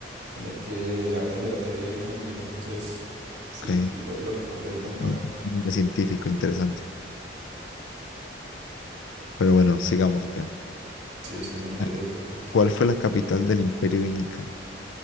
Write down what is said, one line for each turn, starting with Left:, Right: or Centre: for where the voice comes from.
Right: en el que hablan de la teoría heliocéntrica, entonces, sí,
Left: Ok.
Right: sí, lo, lo recordé un montón.
Left: Un un científico interesante. Pero bueno, sigamos. ok. A
Right: Sí, sí, me parece
Left: ver,
Right: perfecto.
Left: ¿Cuál fue la capital del Imperio Inca?